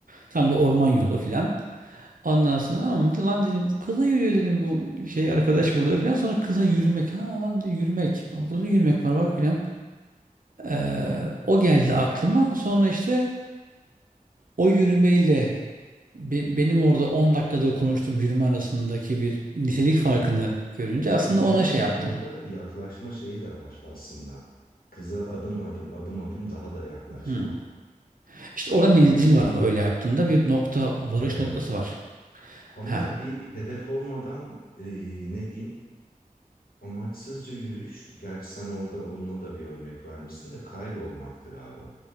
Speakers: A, on the right; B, on the left.
A: Tam da orman yolu filan. Ondan sonra ama lan dedim kıza yürüyor dedim bu şey arkadaş burada filan. Sonra kıza yürümek ha lan de yürümek. Aa, Burada yürümek var bak filan. Ee, o geldi aklıma. Sonra işte o yürümeyle be- benim orada 10 dakikadır konuştuğum yürüme arasındaki bir nitelik farkını
B: Anladım.
A: görünce
B: Bir de
A: aslında
B: yürümenin
A: ona şey yaptım.
B: orada yaklaşma şeyi de var aslında. Kıza adım adım, adım adım daha da yaklaşma.
A: Hmm. İşte orada menzil var ama öyle yaptığında bir nokta, varış
B: Evet.
A: noktası var.
B: Ama
A: Ha.
B: bir hedef olmadan eee, ne diyeyim? Amaçsızca yürüyüş, gerçi sen orada onunla da bir örnek vermişsin de kaybolmaktır abi.